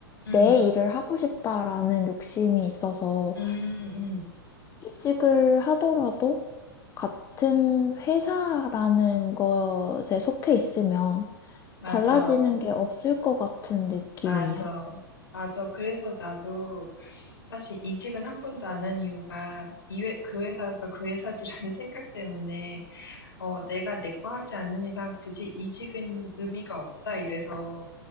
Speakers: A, on the left; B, on the left.
A: 음,
B: 내 일을 하고 싶다라는 욕심이 있어서
A: 음, 음.
B: 이직을 하더라도 같은 회사라는 것에 속해 있으면
A: 맞아.
B: 달라지는 게 없을 것 같은 느낌이야.
A: 맞아. 맞아. 그래서 나도 사실 이직은 한 번도 안한 이유가 이 회, 그 회사가 그 회사지라는 <laughs> 생각 때문에 어, 내가 내 거 하지 않는 이상 굳이 이직은 의미가 없다 이래서